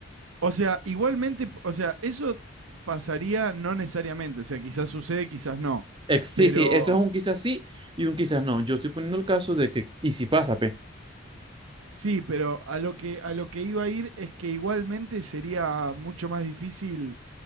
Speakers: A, on the right; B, on the right.
A: O sea, igualmente, o sea, eso pasaría no necesariamente, o sea, quizás sucede, quizás no,
B: Ex- sí,
A: pero...
B: sí, eso es un quizás sí y un quizás no. Yo estoy poniendo el caso de que, y si pasa, pe.
A: Sí, pero a lo que, a lo que iba a ir es que igualmente sería mucho más difícil